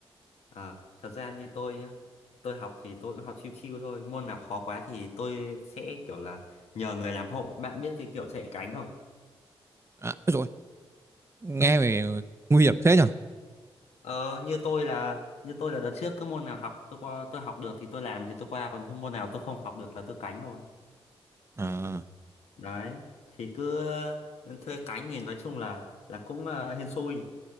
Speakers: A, on the left; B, on the right.
A: À, thật ra như tôi nhá, tôi học thì tôi cũng học chill chill thôi. Môn nào khó quá thì tôi sẽ kiểu là nhờ người làm hộ. Bạn biết cái kiểu chạy cánh không?
B: À, rồi, nghe về nguy hiểm thế nhở,
A: Ờ, như tôi là như tôi là đợt trước cứ môn nào học tôi qua tôi học được thì tôi làm thì tôi qua còn không môn nào tôi không học được là tôi cánh thôi.
B: À,
A: Đấy, thì cứ ừ, thuê cánh thì nói chung là là cũng ờ, hên xui,